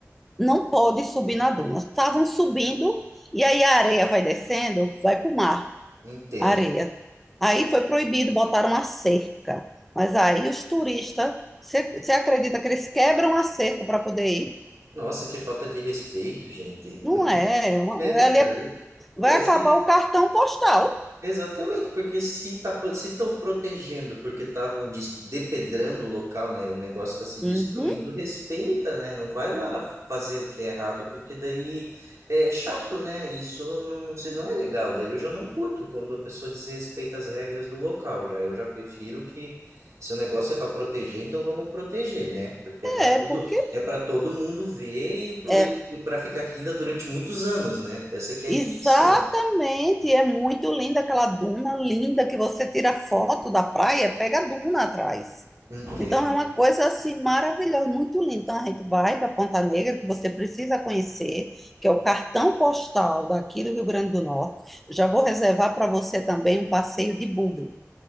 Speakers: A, in the centre; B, on the right.
A: não pode subir na duna. Estavam subindo e aí a areia vai descendo, vai para o mar.
B: Entendo.
A: areia. Aí foi proibido, botaram a cerca. Mas aí os turistas, você você acredita que eles quebram a cerca para poder ir?
B: Nossa, que falta de respeito, gente.
A: Não é, é uma-
B: É verdade.
A: é ali é- vai
B: É,
A: acabar
B: se
A: o cartão postal.
B: Exatamente, porque se tá, pro- se estão protegendo porque estavam des- depedrando o local, né? O negócio está se destruindo,
A: Uhum,
B: respeita, né? Não vai lá fazer o que é errado, porque daí é chato, né? Isso não, não, se- não é legal. Daí eu já não curto quando a pessoa desrespeita as regras do local. Já eu já prefiro que se o negócio é para proteger, então vamos proteger, né? Porque é para
A: é,
B: todo
A: porque
B: é para todo mundo ver e
A: é
B: para ficar aqui ainda durante muitos anos, né? Essa que é
A: Exatamente,
B: a intenção.
A: é muito linda aquela duna linda que você tira foto da praia, pega a duna atrás.
B: Entendo.
A: Então é uma coisa assim maravilhosa, muito linda. Então a gente vai para Ponta Negra, que você precisa conhecer, que é o cartão postal daqui do Rio Grande do Norte. Já vou reservar para você também um passeio de buggy.